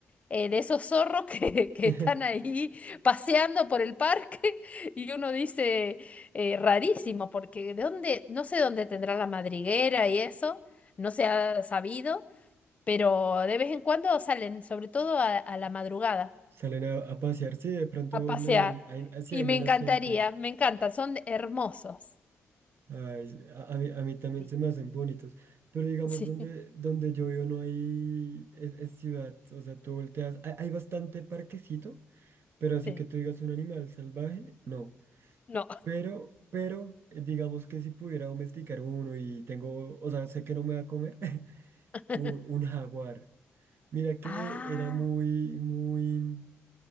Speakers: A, on the left (about 30°); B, on the right (about 50°).
A: eh, de esos zorros que, <laughs> que
B: <laughs>
A: están ahí paseando por el parque y uno dice, eh, rarísimo, porque de dónde, no sé dónde tendrá la madriguera y eso, no se ha sabido, pero de vez en cuando salen, sobre todo a a la madrugada
B: Salen a, a pasear, sí, de pronto
A: a
B: donde
A: pasear.
B: hay, hay- ah, sí
A: Y
B: hay
A: me
B: menos
A: encantaría,
B: gente.
A: me encantan, son hermosos.
B: Ay, a, a mí, a mí también
A: Sí,
B: se me hacen bonitos. Pero digamos,
A: <laughs>
B: donde,
A: sí,
B: donde yo vivo no hay es, es ciudad. O sea, tú volteas. Hay, hay bastante parquecito, pero así
A: sí.
B: que tú digas un animal salvaje, no.
A: No,
B: Pero, pero, eh, digamos que si pudiera domesticar uno y tengo, o sea, sé que no me va a comer, <laughs>
A: <laughs>
B: un, un jaguar. Mira que
A: Ah,
B: era muy, muy.